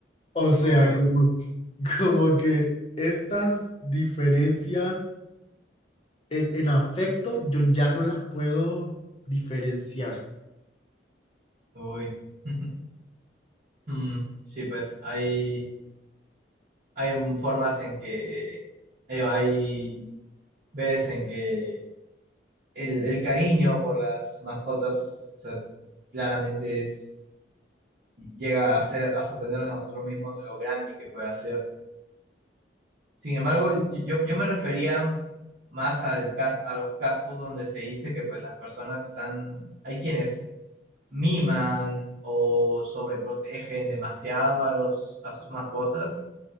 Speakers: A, on the left (about 30°); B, on the right (about 50°).
A: O sea,
B: Uy,
A: como, como que estas diferencias en, en afecto yo ya no las puedo diferenciar.
B: uy. <laughs> Mm, sí, pues hay, hay un- formas en que, digo, hay veces en que el, el cariño por las mascotas, o sea, claramente es... llega a ser, a sorprendernos a nosotros mismos de lo grande que puede hacer. Sin embargo,
A: Sí,
B: yo, yo me refería más al, ca- a los casos donde se dice que pues las personas están, hay quienes miman o sobreprotegen demasiado a los, a sus mascotas,